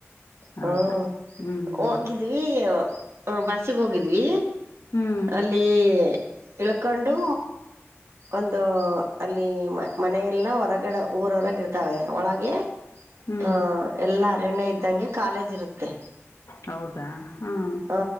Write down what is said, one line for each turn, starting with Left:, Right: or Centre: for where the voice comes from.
Left: ಹೌದ
Right: ಹಾ
Left: ಹ್ಮ್
Right: ಹೋಗಿದ್ವಿ ಹ ಬಸಗೆ ಹೋಗಿದ್ವಿ
Left: ಹ್ಮ್
Right: ಅಲ್ಲಿ ಇಲಕಂಡು ಒಂದು ಅಲ್ಲಿ ಮ ಮನೆಯೆಲ್ಲ ಹೊರಗಿಡ ಊರ ಹೊರಗ ಇಡ್ತಾವೆ ಒಳಗೆ
Left: ಹ್ಮ್
Right: ಹ ಎಲ್ಲ ಅರಣ್ಯ ಇದ್ದಂಗೆ ಕಾಲೇಜ್ ಇರುತ್ತೆ
Left: ಹೌದಾ ಹ್ಮ್
Right: ಹ